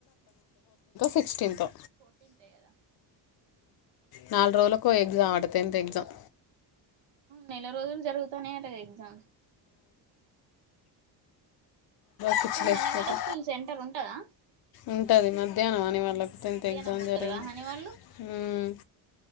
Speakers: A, on the left; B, on the right.
A: సిక్స్టెంతో
B: ఫోటీంతే కదా
A: నాలుగు రోజులకో ఎగ్జామ్ ఆట టెన్త్ ఎగ్జామ్
B: నెల రోజులు జరుగుతానయటగా ఎగ్జామ్స్
A: పర్చ్చిలేచిపోతే
B: ఇప్పుడు హనీ వాళ్ళ స్కూల్ సెంటర్ ఉంటదా
A: ఉంటది మధ్యాహ్నం ఆనే వాళ్ళకు టెన్త్
B: మధ్యాహ్నం
A: ఎగ్జామ్
B: పోతారుగా
A: జరిగింది
B: హనీ వాళ్ళు
A: ఉం